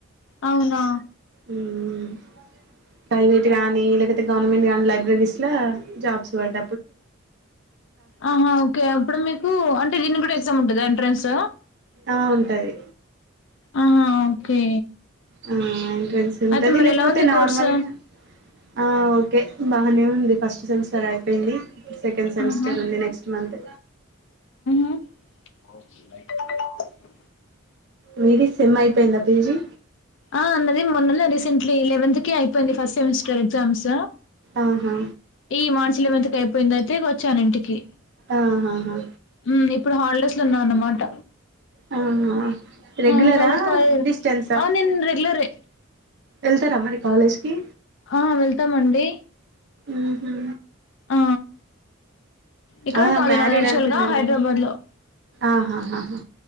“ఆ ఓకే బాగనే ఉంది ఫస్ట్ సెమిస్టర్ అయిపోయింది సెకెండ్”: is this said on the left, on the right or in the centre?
Right